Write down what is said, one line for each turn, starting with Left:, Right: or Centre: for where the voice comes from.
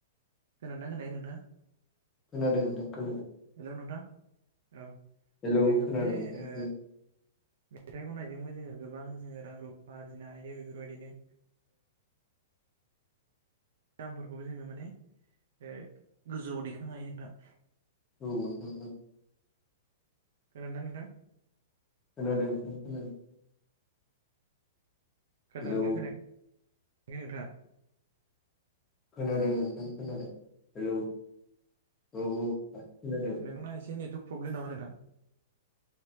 Right: खोनादोंना खोनायाखै नोंथां
Left: खोनादों नोंथां खोनादों
Right: हेलौ नोंथां औ
Left: हेलौ
Right: जोङो
Left: खोनादों
Right: माने
Left: नोंथां
Right: ओ
Left: खोनादों
Right: मेथाइ खननायजोंबो जोङो गोबां जोङो रां रुफा आरजिनो हायो बेफोरबायदिनो दामफोरखौबो जोङो माने ओ गोजौआव दैखांनो हायो नोंथां
Left: औ नोंथां औ
Right: खोनादोंना नोंथां
Left: खोनादों नोंथां खोनादों
Right: खोनादोना
Left: हेलौ
Right: खोनायाखै नोंथाङा
Left: खोनादों नोंथां खोनादों हेलौ औ औ खोनादों
Right: नोंना एसे नेटवर्क प्रब्लेम नामा नोंथां